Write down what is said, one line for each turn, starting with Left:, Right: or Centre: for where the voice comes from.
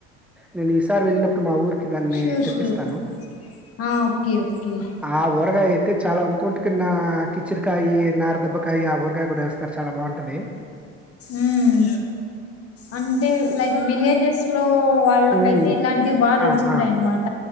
Centre: నేను ఒకసారి వెళ్ళినప్పుడు మా ఊరికి దాన్ని
Left: షూర్
Centre: తెప్పిస్తాను
Left: షూర్ ఆ ఓకే ఓకే
Centre: ఆ ఊరగాయ అయితే చాలా ఇంకొంటి కన్నా కిచెన్ కాయే నారదేబ కాయగా ఊరగాయ కూడా వస్తారు చాలా బాగుంట టది
Left: ఉమ్ అంటే లైక్ విలేజెస్ లో ఓ వాళ్ళకైతే
Centre: హ్మ్.
Left: ఇలాంటివి బాగా తెలుసుంటాయి
Centre: ఆ! ఆ!
Left: అన్నమాట